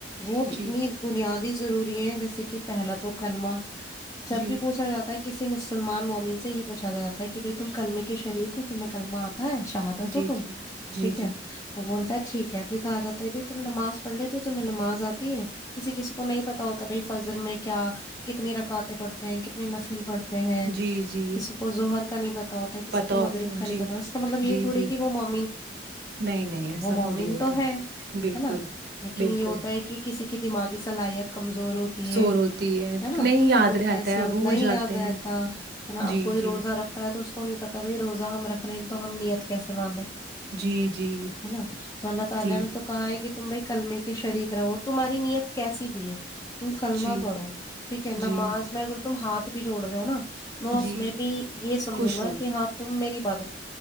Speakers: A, on the left; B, on the right.
A: وہ اتنی
B: جی
A: بنیادی ضرورت بھی ہیں جیسے کہ پہلا تو کلمہ جب
B: جی
A: بھی پوچھا جاتا ہے کہ کسی مسلمان مومن سے یہ پوچا جاتا کہ بھائی تم کلمے کے شریک ہو تمہیں کلمہ آ نہیں شاہاد
B: جی
A: ہو تو
B: جی جی
A: ٹھیک
B: جی
A: ہے وہ بولتا ہے ٹھیک ہے پھر کہا جاتا ہے بائی تم نماز پڑھ لیتے ہو تمہیں نماز آتی ہے کسی کسی کو نہیں پتا ہوتا بائی فجر میں کیا کتنی رکواتیں پڑھتے ہیں کتنی نفیل پڑھتی
B: جی جی
A: کسی کو زہر کا نہیں پتا ہوتا کسی
B: پتہ
A: کو
B: ہوتا
A: مغرب
B: ہے
A: کا
B: جی
A: نہیں پتا ہوتا اس کا مطلب یہ
B: جی
A: تھوڑی
B: جی
A: ہے کہ وہ وہ
B: نہیں نہیں ایسا
A: مومن
B: تھوڑی ہوتا
A: تو ہے
B: بالکل
A: نا لیکن
B: بالکل
A: یہ ہوتا ہے کہ کسی کی دماغی صلاحیت کمزور ہوتی
B: سور
A: ہے
B: ہوتی
A: نا
B: نہیں یاد
A: کوئی
B: رہتا
A: کیسے
B: ہے
A: ہو
B: بھول
A: نہیں
B: جاتے
A: یاد
B: ہیں
A: رہتا ہے نا
B: جی
A: اب کوئی
B: جی
A: روزہ رکھتا ہے تو اس کو تو نہیں پتا بھائی روزہ ہم رکھ رہے ہیں تو ہم نیت کیسے باندھیں ہے
B: جی جی
A: نا تو اللہ تعالی
B: جی
A: نے تو کہا ہے کہ تم بھائی کلمے کی شریک رہو تمہاری نیت کیسی بھی ہے تم کلمہ
B: جی
A: پڑو ٹھیک ہے نماز
B: جی
A: میں اگر تم ہاتھ بھی جوڑ رہے ہو نا میں
B: جی
A: اس میں بھی یہ سمجھوں
B: خوش
A: گا
B: ہوں
A: کہ ہاں تم میری ب <unintelligible>